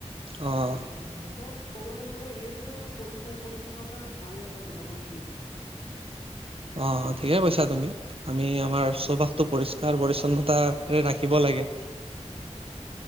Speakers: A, on the right; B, on the left.
A: অ
B: আৰু শেষত ক'বলৈ গ'লে এই যে পৰিষ্কাৰ-পৰিচ্ছন্নতা ভাল এটা জীৱনৰ চিন হয়।
A: অ, ঠিকে কৈছা তুমি। আমি আমাৰ চৌপাশটো পৰিষ্কাৰ পৰিচ চন্নতা ৰাখিব লাগে।
B: উ-উ।